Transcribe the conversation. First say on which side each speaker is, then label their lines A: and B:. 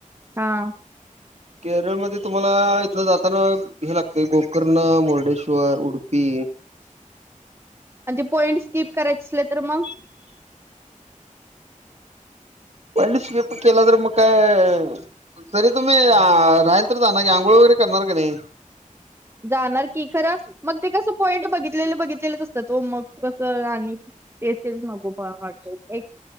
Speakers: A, on the right (about 20°); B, on the right (about 55°).
A: हावं
B: केरळंमध्यें तुम्हांला इथलं जातांना. हे लागतंय गोकर्ण मुर्डेश्वर उडुपी.
A: म्हणजे पॉईंट स्कीप करांयची असलं तरं मंग?
B: हम्मं पोहन स्किप केलं तरं मंग कायं. तरी तुम्हीं राहील तरं जां नां की आंघोळ वगैरें करणारं कां नाहीं?
A: जाणारं की खरं मंग ते कसं पोइंट बघितलेले बघितलेलेचं असतांत मंग कसं आणि. तेचं तेचं नको पणं वाटते एक.